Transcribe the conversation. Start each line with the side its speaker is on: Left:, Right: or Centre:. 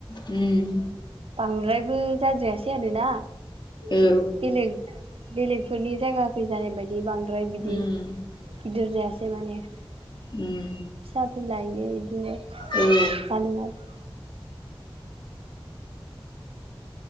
Left: उम
Right: बांद्रायबो जाद्रायासै आरोना
Left: औ
Right: बेलेक बेलेग बेफोरनि जायगाखै जानाय बायदि बांद्राय बिदि
Left: उम
Right: गिदिर जायासै माने फिसा
Left: उम
Right: फिलायनि बिदिनो जादोंआरोना
Left: औ